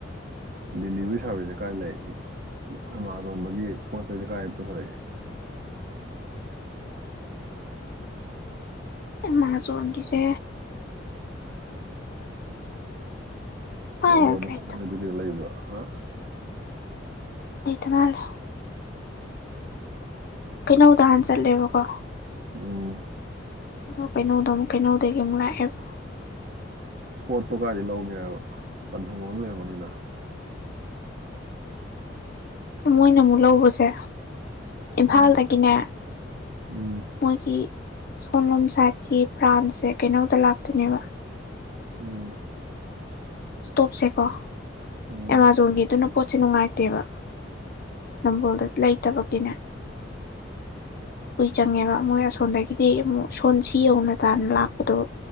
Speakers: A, on the right; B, on the left.
A: ꯗꯤꯂꯤꯚꯔꯤ ꯁꯥꯔꯚꯤꯁꯁꯦ ꯀꯥꯏ ꯂꯩ ꯑꯦꯃꯥꯖꯣꯟꯗꯒꯤ ꯄꯣꯠ ꯆꯩꯩꯗꯤ ꯀꯥꯏ ꯄꯨꯊꯣꯔꯛꯏ꯫
B: ꯑꯦꯃꯥꯖꯣꯟꯒꯤꯖꯦꯁꯦ
A: <inaudible>
B: ꯁ꯭ꯋꯥꯏ
A: ꯅꯝꯕꯣꯜ
B: ꯂꯩꯇꯕ
A: ꯅꯣꯏ ꯑꯗꯨꯒꯤꯗꯣ ꯂꯩꯕ꯭ꯔꯣ ꯍꯥ
B: ꯂꯩꯇ ꯃꯥꯜꯂꯦ ꯀꯩꯅꯧ ꯇꯥꯟ ꯆꯠꯂꯦꯕꯀꯣ
A: ꯎꯝ
B: ꯑꯗꯣ ꯀꯩꯅꯣꯗ ꯀꯩꯅꯣꯗꯒꯤ ꯂꯥꯛꯑꯦꯕ
A: ꯄꯣꯠꯇꯣ ꯀꯥꯏꯗꯩꯩ ꯂꯧꯒꯦꯕ ꯄꯟꯊꯨꯡꯕꯝ ꯑꯃ ꯂꯩꯔꯝꯒꯥꯅꯤꯕ
B: ꯃꯣꯏꯅ ꯑꯃꯨꯛ ꯂꯧꯕꯁꯦ ꯏꯝꯐꯥꯜꯗꯒꯤꯅꯦ
A: ꯎꯝ ꯎꯝ
B: ꯃꯣꯏꯒꯤ ꯁꯣꯝꯂꯣꯝ ꯁꯥꯏꯠꯀꯤ ꯕ꯭ꯔꯥꯟꯁꯁꯦ ꯀꯩꯅꯧꯗ ꯂꯥꯛꯇꯣꯏꯅꯦꯕ
A: ꯎꯝ
B: ꯄꯣꯠꯁꯦꯀꯣ
A: ꯎꯝ
B: ꯑꯦꯃꯥꯖꯣꯟꯒꯤꯗꯨꯅ ꯄꯣꯠꯁꯦ ꯅꯨꯡꯉꯥꯏ <unintelligible> ꯂꯩꯇꯦꯕ ꯅꯝꯕꯣꯜꯗ ꯂꯩꯇꯕꯒꯤ ꯀꯨꯏ ꯆꯪꯉꯦꯕ ꯃꯣꯏ ꯑꯁꯣꯟꯗꯒꯤꯗꯤ ꯑꯃꯨꯛ ꯁꯣꯟꯁꯤ ꯌꯧꯅ ꯇꯥꯅ ꯂꯥꯛꯄꯗꯣ